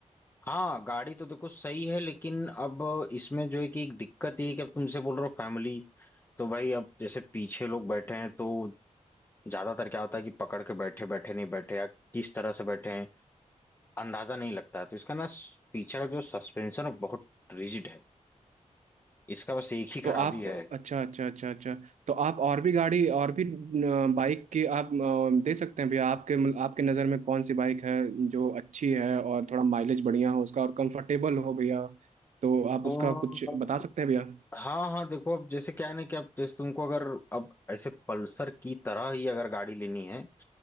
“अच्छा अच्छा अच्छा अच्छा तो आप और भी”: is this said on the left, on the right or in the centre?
Right